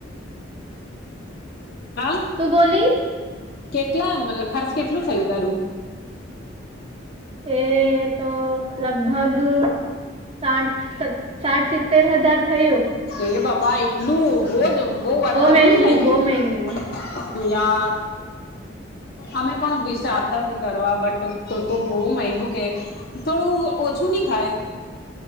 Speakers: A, on the left (about 55°); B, on the right (about 30°).
A: હા
B: તું બોલી
A: કેટલા મતલબ ખર્ચ કેટલું થયું તારું
B: એ તો લગભગ સાઠ સત સાઠ સિત્તેર હજાર થયું
A: હે બાબા એટલું બો બહુ વધારું
B: મહેંગુ
A: નહી લાગ્યું
B: બહુ મહેંગુ
A: યાર અમે પણ વિચારતા નથી કરવા બટ તો તો બહુ મગું કે થોડું ઓછું નહી થાય